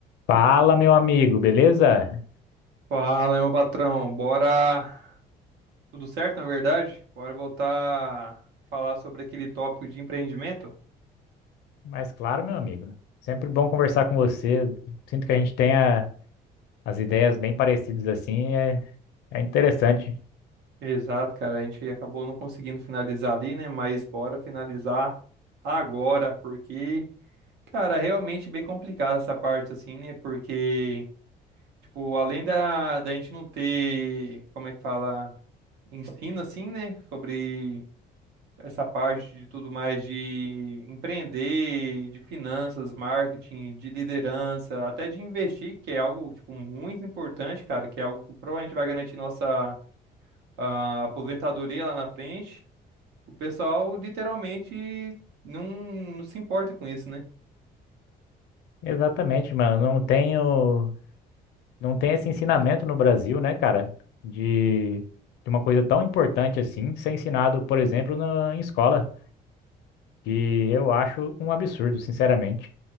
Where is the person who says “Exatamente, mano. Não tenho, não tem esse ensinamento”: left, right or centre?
Left